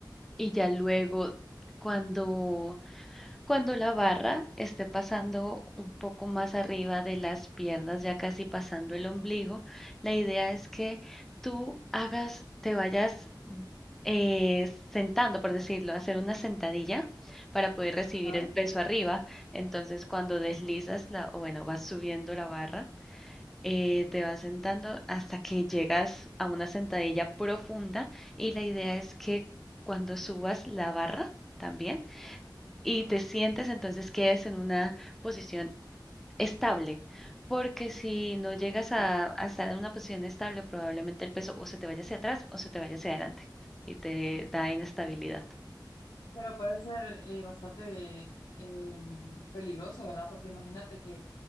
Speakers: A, in the centre; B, on the left.
A: y ya luego cuando cuando la barra esté pasando un poco más arriba de las piernas, ya casi pasando el ombligo, la idea es que tú hagas, te vayas mm, eh, sentando, por decirlo, hacer una sentadilla para poder recibir
B: Ajá.
A: el peso arriba. Entonces, cuando deslizas la, o bueno, vas subiendo la barra, eh, te vas sentando hasta que llegas a una sentadilla profunda y la idea es que cuando subas la barra también y te sientes, entonces quedes en una posición estable, porque si no llegas
B: ok.
A: a, a estar en una posición estable, probablemente el peso o se te vaya hacia atrás o se te vaya hacia adelante y te da inestabilidad.
B: Pero puede ser eh, bastante eh, peligroso, ¿verdad? Porque imagínate que